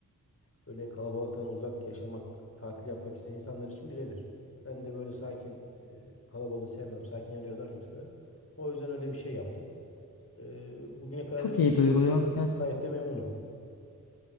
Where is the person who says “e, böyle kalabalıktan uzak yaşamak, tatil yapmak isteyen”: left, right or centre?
Left